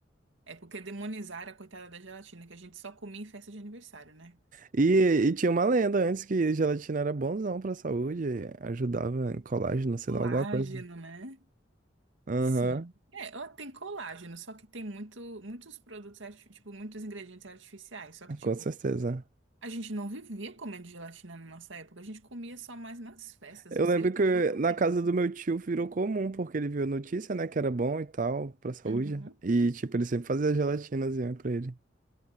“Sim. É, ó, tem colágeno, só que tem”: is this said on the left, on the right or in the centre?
Right